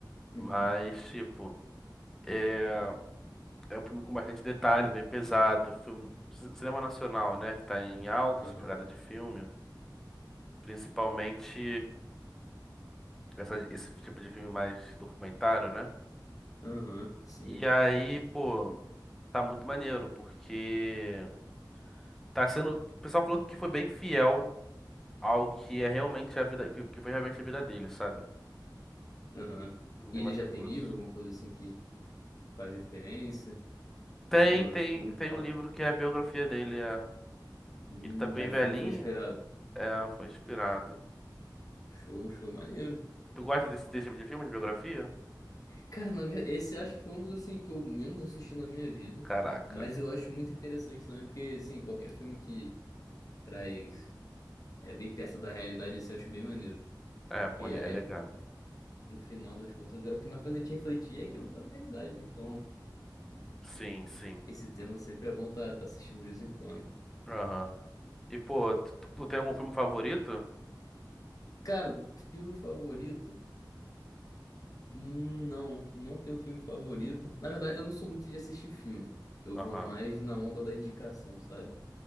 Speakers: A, on the left (about 50°); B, in the centre.
A: Uhum.
B: Mas, tipo, é, é um filme com bastante detalhe, bem pesado. Filme, ci- cinema nacional, né? Que tá em alta
A: Aham.
B: essa pegada de filme. Principalmente essa- esse tipo de filme mais documentário, né?
A: Aham, sim.
B: E aí, pô, tá muito maneiro, porque tá sendo. O pessoal falou que foi bem fiel ao que é realmente a vida, que que foi realmente a vida dele, sabe?
A: Aham. E
B: De
A: ele
B: Mato
A: já
B: Grosso.
A: tem livro, alguma coisa assim que faz referência
B: Tem,
A: durante
B: tem,
A: o filme
B: tem
A: e tal.
B: um livro que é a biografia dele. É...
A: Hum,
B: Ele tá bem
A: aí
B: velhinho.
A: o filme foi inspirado.
B: É, foi inspirado.
A: Show, show, maneiro.
B: Tu gosta desse, desse tipo de filme, de biografia?
A: Cara, na verdade, esse acho que foi um dos assim que eu menos assisti na minha vida.
B: Caraca.
A: Mas eu acho muito interessante também, porque assim, qualquer filme que traz é bem perto da realidade, assim, eu acho bem maneiro.
B: É, pô,
A: Porque é,
B: é legal.
A: no final das contas, é o que mais faz a gente refletir, é que ela tá na realidade, né? Então,
B: Sim, sim.
A: esse tema sempre é bom tá, tá assistindo de vez em quando.
B: Aham. E, pô, tu, tu tem algum filme favorito?
A: Cara, filme favorito? Hum, Não, não tenho filme favorito. Na verdade, eu não sou muito de assistir filme. Eu
B: Aham.
A: vou mais na onda da indicação, sabe?